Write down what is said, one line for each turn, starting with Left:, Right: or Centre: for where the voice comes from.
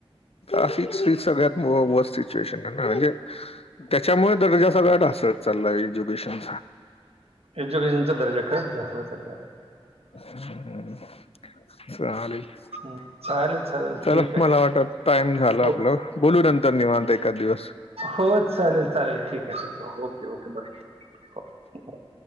Left: अशीच हे सगळ्यात व व सिच्युएशन आहे ना. त्याच्यामुळे <unintelligible> असंच चाललाय एज्युकेशन.
Right: एज्युकेशनचा दर्जा खरचं ढासळत चाललाय.
Left: <inaudible>
Right: हम्म. चालेल चालेल
Left: चला
Right: ठीक आहे
Left: मला वाटत आता टाईम झालं,
Right: हो
Left: आपलं बोलू नंतर निवांत एकाद दिवस.
Right: हो चालेल चालेल ठीक आहे, ठीक आहे ओके ओके बाय.